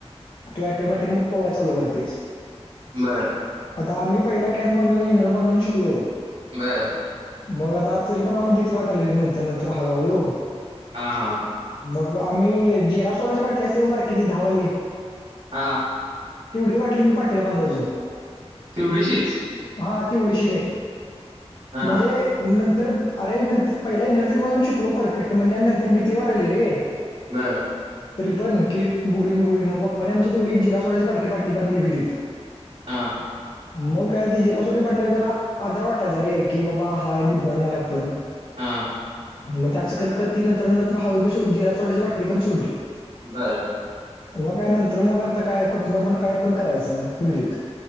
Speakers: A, on the left (about 45°); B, on the right (about 55°).
A: तू ॲटोमॅटिक मग पोहायला चालू करतोस.
B: बर
A: आता आम्ही पहिला. कॅन बांधून इनर बांधून शिकलो.
B: बर.
A: मग आता तरी पण आम्हाला भीती वाटल्या नंतर नंतर हळूहळू.
B: हा हा
A: मग आम्ही जिरा सोडाची बाटली असते बघ बारकी ती दहा वाली
B: हा
A: तेवढी बाटली मी पाटिला बांधायचो
B: तेवढीशीच
A: हा ती तेवढीशी राही
B: हा
A: म्हणजे नंतर अरे पहिला एनर्जल म्हणून शिकलो परफेक्ट म्हणजे नंतर भीती वाटायली रे
B: बर
A: तरी पण की बुडीन बुडीन मग पप्पानी आमच्या तेवढी जिरा सोड्याची बारकी बाटली बांधली विहिरीत
B: हां
A: मग काय ते जिरा सोड्याच्या बाटल्यावर जरा आधार वाटायचा रे की बाबा हाय बुडणार नाही आपण
B: हा
A: मग ते असं करत करत ती नंतर नंतर हळू बी जिरा सोडाची बाटली पण सोडली
B: बर
A: मग काय नंतर मग आता काय कुठनं पण काय पण करायला सांग विहिरीत